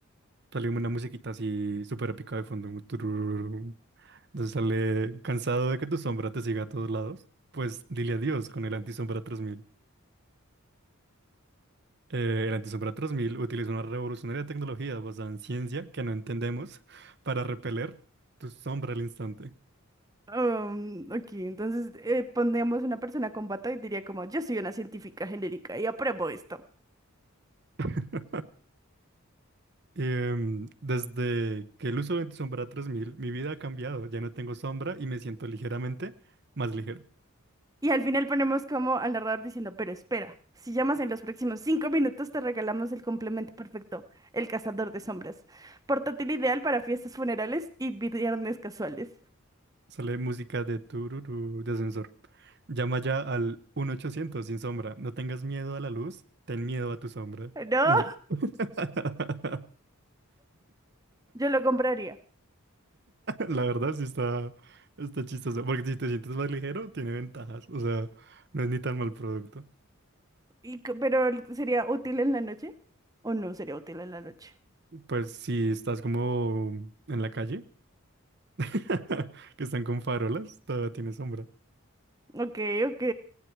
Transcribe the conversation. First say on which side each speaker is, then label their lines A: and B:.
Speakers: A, on the right; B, on the right.
A: Sale como una musiquita así súper épica de fondo. como tururururu. Entonces sale. Cansado de que tu sombra te siga a todos lados. Pues dile adiós con el antisombra 3000. Eh, el antisombra 3000 utiliza una revolucionaria tecnología basada en ciencia que no entendemos para repeler tu sombra al instante.
B: Um, ok, entonces eh, pondríamos una persona con bata y diría como, yo soy una científica genérica y apruebo esto.
A: <laughs> Em, desde que el uso de sombra 3000 mi vida ha cambiado. Ya no tengo sombra y me siento ligeramente más ligero.
B: Y al final ponemos como al narrador diciendo, pero espera, si llamas en los próximos cinco minutos te regalamos el complemento perfecto, el cazador de sombras. Portátil ideal para fiestas funerales y viernes casuales.
A: Sale música de tururú, de ascensor. Llama ya al uno ochocientos sin sombra. No tengas miedo a la luz, ten miedo a tu sombra.
B: No,
A: Y ya. <laughs>
B: yo lo compraría.
A: La verdad sí está, está chistoso. Porque si te sientes más ligero, tiene ventajas. O sea, no es ni tan mal producto.
B: Y, co- pero ¿sería útil en la noche? ¿O no sería útil en la noche?
A: Pues si estás como en la calle, <laughs> que están con farolas, todavía tiene sombra.
B: Ok, ok.